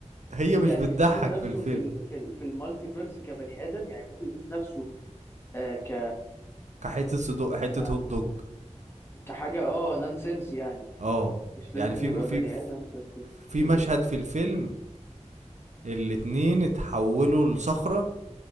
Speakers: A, on the right; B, on the left.
A: هي مش
B: يعني
A: بتضحك
B: مش بيشوف نفسه
A: في الفيلم
B: في ال في ال في المالتيفيرس كبني ادم يعني ممكن يشوف نفسه آه ك
A: كحته صدق حته
B: يعني
A: هوت دوج
B: كحاجه اه نونسنس يعني
A: اه
B: مش
A: يعني
B: لازم
A: في
B: يبقى
A: في
B: بني ادم في الصفر
A: في
B: مم.
A: مشهد في الفيلم الاتنين اتحولوا لصخره